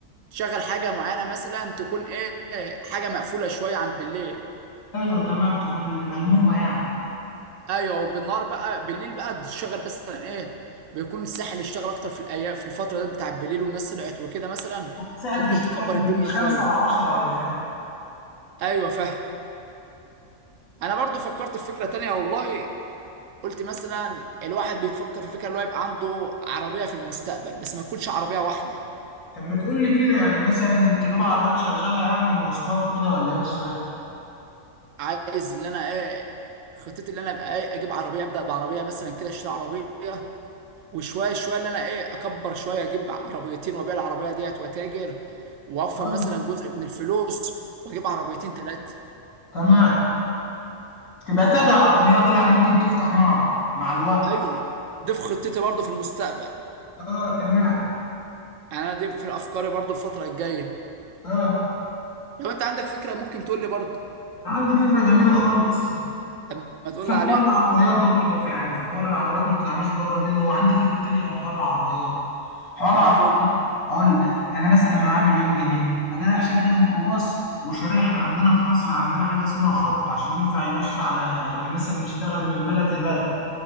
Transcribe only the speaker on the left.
ايوه تمام تكون الملمومه يعني
سهل
بيشتغل
من
خمسة
لعشرة ولا حاجه
طب ما تقول لي كده يعني مثلا تجيب عربيات شغاله يعني مواصلات وكده ولا ايه مش فاهم
أيوة،
تمام تبقى تاجر
عربيات يعني ممكن تفتح معرض مع الوقت
اه تمام
اه
عندي فكره جميله خالص
حوار
العربيات ده برضه في يعني في حوار العربيات ما طلعناش بره منه وعندي فكره تانية غير حوار العربيات حوار
العربيات
اقول انا مثلا معايا مليون جنيه هجي رايح شاري لي ميكروباص وشاري احنا عندنا في مصر عندنا حاجه اسمها خط عشان ينفع يمشي على يعني مثلا نشتغل من بلد لبلد